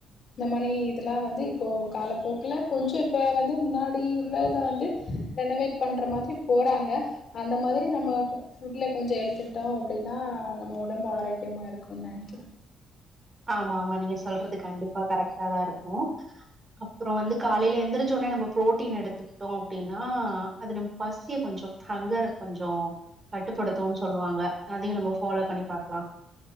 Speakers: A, on the left (about 50°); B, on the right (about 30°).
A: இந்த மாரி இதெல்லா வந்து இப்போ காலப்போக்குல கொஞ்சோ இப்ப வந்து முன்னாடி உள்ளத வந்து ரெனவேட் பண்ற மாதிரி போறாங்க அந்த மாதிரி நம்ம ஃபுட்ல கொஞ்சோ எடுத்துட்டோ அப்டின்னா நம்ம உடம்பு ஆரோக்கியமாக இருக்குன் நெனைக்கிற
B: ஆமா ஆமா நீங்க சொல்றது கண்டிப்பா கரெக்ட்டா தா இருக்கு அப்புறோ வந்து காலைல எந்திரச்சோனே நம்ம ப்ரோட்டீன் எடுத்து ட்டோ அப்டின்னா அது நம்ம பசிய கொஞ்சோ அங்கற கொஞ்சோ கட்டுப்படுத்துன் சொல்லுவாங்க அதியு நம்ம ஃபாலோ பண்ணி பாக்லா